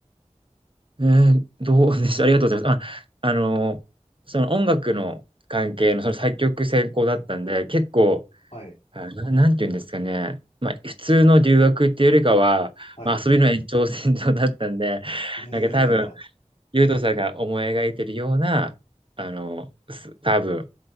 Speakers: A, on the right (about 45°); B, on the left (about 50°).
A: えーどうでしたありがとうございます。あ、あの、その音楽の関係のその作曲専攻だったんで、結構、
B: はい、
A: あ、な、なんていうんですかね。まあ、普通の留学っていうよりかは、
B: はい。
A: まあ、遊びの延長線上だったんで、
B: いやいやいやいや。
A: なんか多分、ゆうとさんが思い描いてるような、あの、す多分、